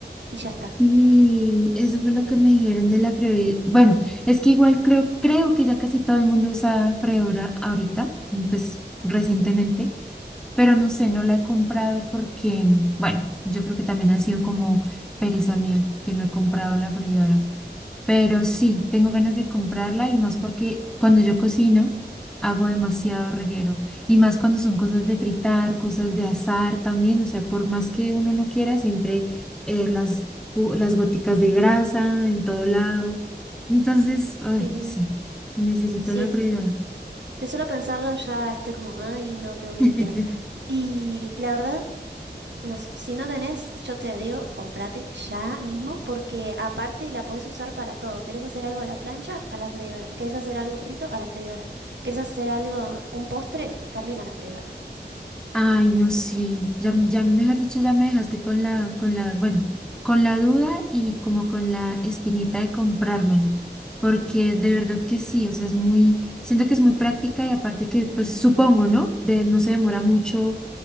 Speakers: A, on the right; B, in the centre.
A: Y ya está.
B: Y eso fue lo que me dijeron de la freidora. Bueno, es que igual creo, creo que ya casi todo el mundo usa freidora ahorita, pues recientemente, pero no sé, no la he comprado porque, bueno, yo creo que también ha sido como pereza mía que no he comprado la freidora. Pero sí, tengo ganas de comprarla y más porque cuando yo cocino hago demasiado reguero y más cuando son cosas de fritar, cosas de asar también, o sea, por más que uno no quiera, siempre eh, las, gu- las goticas de grasa en todo lado. Entonces, ay,
A: Sí,
B: sí, necesito
A: sí,
B: la freidora.
A: de solo pensarlo ya estoy como, ay, no tengo que
B: <laughs>
A: limpiar. Y la verdad, No sé, si no tenés, yo te digo, comprate ya mismo, porque aparte la podés usar para todo. ¿Querés hacer algo a la plancha? A la freidora. ¿Querés hacer algo frito? A la freidora. ¿Querés hacer algo, un postre? También a la freidora.
B: Ay, no, sí, ya, ya mejor dicho, ya me dejaste con la, con la, bueno, con la duda y como con la espinita de comprármela, porque de verdad que sí, o sea, es muy, siento que es muy práctica y aparte que, pues supongo, ¿no? De no se demora mucho.